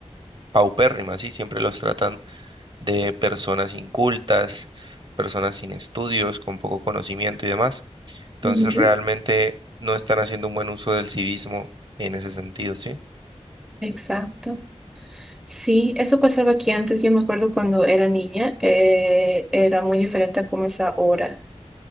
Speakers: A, on the right (about 45°); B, in the centre.
A: paupérrima, ¿sí? Siempre los tratan de personas incultas, personas sin estudios, con poco conocimiento y demás. Entonces
B: Ujú.
A: realmente no están haciendo un buen uso del civismo en ese sentido, ¿sí?
B: Exacto. Sí, eso pasaba aquí antes. Yo me acuerdo cuando era niña, eh, era muy diferente a como es ahora.